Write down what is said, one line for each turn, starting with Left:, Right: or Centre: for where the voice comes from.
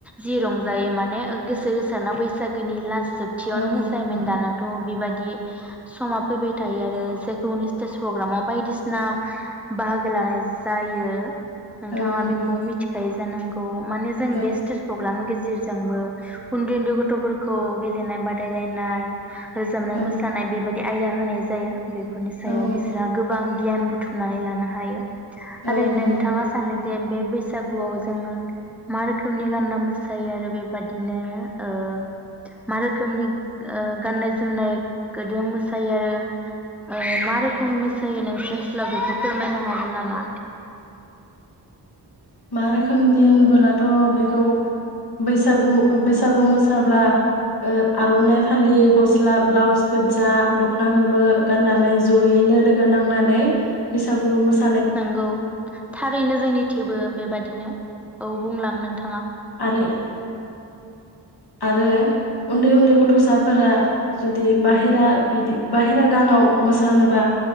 Centre: जि रंजायो माने गोसो गोसारना बैसागोनि लास जोबथियावनो
Left: औ
Centre: मोसायोमोन
Left: नंगौ
Centre: दानाथ' बेबादि समा फैबाय थायो आरो जायखौनि स्टेज प्रग्रामाव बायदिसिना बा लोगो लानाय जायो। नोंथाङा
Left: औ नंगौ
Centre: बेखौ मिथिखायो जानांगौ माने जों
Left: औ
Centre: बे स्टेज प्रग्राम गेजेरजोंबो उन्दै उन्दै गथ'फोरखौ गेलेनाय बादायलायनाय रोजाबनाय
Left: औ
Centre: मोसानाय बेबायदि आयदा होनाय जाया बे बेफोरनि सायाव
Left: औ नंगौ
Centre: बिस्राहा गोबां गियान बुथुमनानै लानो हायो। <inaudible> आरो
Left: औ
Centre: नोंथाङा
Left: नंगौ
Centre: सानो जे बे बैसागुआव जोङो मा रोखोमनि गानना मोसायो आरो बेबादिनो ओ मा रोखोमनि ओ गाननाय जोमनायखौ जों मोसायो आरो ओ मा रोखोमनि मोसायो नोंसोर ओसोलाव बेखौ फोरमायनो हागोन नामा?
Left: मा रोखोमनि होनबोलाथ' बेखौ बैसागु बैसागु मोसाब्ला ओ आर'नाइ फालि गस्ला ब्लाउस गोजा दख'ना गोमो गाननानै जयैनो लोगो नांनानै बैसागु मोस
Centre: नंगौ थारैनो जोंनि थेवबो बेबायाददिनो औ। बुंलां नोंथाङा।
Left: <unintelligible> आरो उन्दै उन्दै गथ'साफोरा जुदि बाहेरा बिदि बाहेरा गानाव मोसानोबा